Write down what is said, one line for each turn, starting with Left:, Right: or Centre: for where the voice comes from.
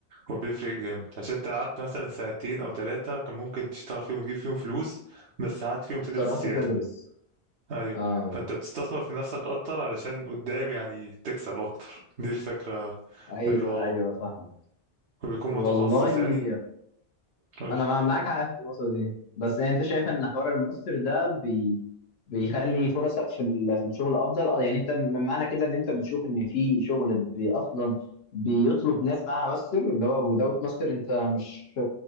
Right: هو بيفرق جامد عشان انت قعدت مثلا سنتين او ثلاثة كان ممكن تشتغل فيهم وتجيب فيهم فلوس بس قعدت فيهم تدرس
Left: قررت
Right: زيادة
Left: تدرس
Right: ايوه
Left: اه
Right: فانت بتستثمر في نفسك اكتر علشان قدام يعني تكسب اكتر دي الفكرة
Left: ايوه
Right: من اللي وراه
Left: ايوه فاهمه
Right: وبيكون
Left: والله
Right: متخصص يعني قولي
Left: انا مع- معاك حق في النقطه دي بس يعني انت شايف ان حوار الماستر ده بي بيخلي فرصك في ال- في الشغل افضل اه يعني انت من معنى كده ان انت بتشوف ان في شغل بي اصلا بيطلب ناس معاها ماستر اللي هو without ماستر انت مش